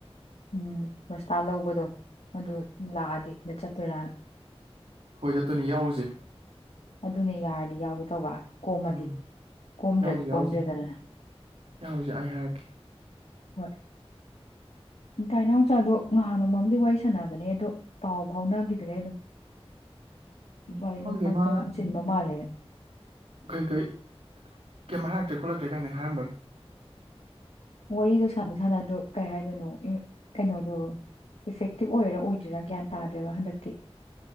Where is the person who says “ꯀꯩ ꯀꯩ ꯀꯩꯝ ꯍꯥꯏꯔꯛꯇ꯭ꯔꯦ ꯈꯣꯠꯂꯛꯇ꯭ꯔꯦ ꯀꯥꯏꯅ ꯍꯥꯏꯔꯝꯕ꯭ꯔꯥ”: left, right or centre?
Right